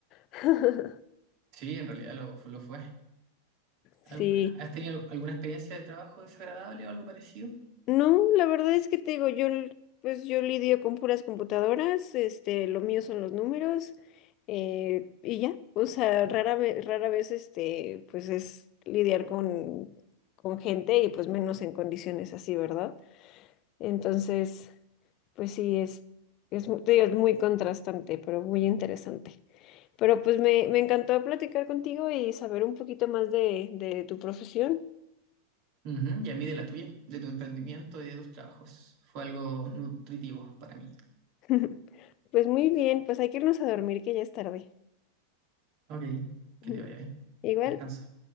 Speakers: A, on the left; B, on the right.
A: <laughs>
B: Sí, en realidad lo, fu- lo fue. Al-
A: Sí.
B: ¿Has tenido alguna experiencia de trabajo desagradable o algo parecido?
A: No, la verdad es que te digo, yo l- pues yo lidio con puras computadoras, este, lo mío son los números, eh, y ya. O sea, rara vez, rara vez este, pues es lidiar con, con gente y pues menos en condiciones así, ¿verdad? Entonces, pues sí, es, es, mu- te digo, es muy contrastante, pero muy interesante. Pero pues me, me encantó platicar contigo y saber un poquito más de, de tu profesión.
B: Ujú, Y a mí de la tuya, de tu emprendimiento y de tus trabajos. Fue algo nutritivo para mí.
A: <laughs> Pues muy bien, pues hay que irnos a dormir que ya es tarde.
B: Ok, que
A: <laughs>
B: te vaya bien.
A: Igual.
B: Descansa.